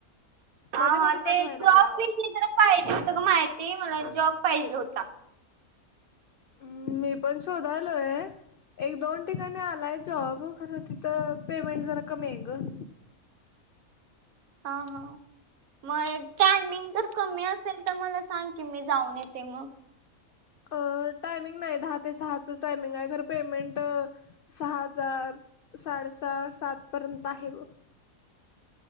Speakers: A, on the right; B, on the left.
A: हा
B: मध्ये मध्ये
A: हा ते
B: कट व्हायला
A: जॉब
B: लागलाय आवाज
A: विषय जरा पाहिजे होतं क माहिती म्हला जॉब पाहिजे होता.
B: हम्म मी पण शोधालोय. एक दोन ठिकाणी आलाय जॉब, खरं तिथं पेमेंट जरा कमी आहे गं.
A: हा हाव. मग एक टायमिंग जर कमी असेल तर मला सांग की मी जाऊन येते म.
B: अ टायमिंग नाही दहा ते सहाच टायमिंग आहे खरं पेमेंट सहा हजार साडेसहा सात पर्यंत आहे ब.